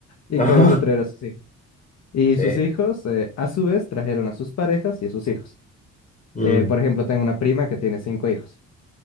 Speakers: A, on the left (about 60°); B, on the left (about 25°).
A: Y
B: Ajá,
A: comenzó a traer a sus hijos. Y
B: sí.
A: sus hijos, eh, a su vez, trajeron a sus parejas y a sus hijos.
B: Mm.
A: Eh, por ejemplo, tengo una prima que tiene cinco hijos.